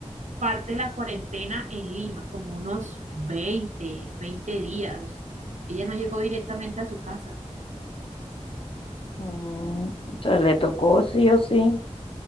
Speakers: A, on the right (about 80°); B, on the left (about 50°).
A: parte de la cuarentena en Lima, como unos veinte 20 días. Ella no llegó directamente a su casa.
B: Mm, o sea, le tocó sí o sí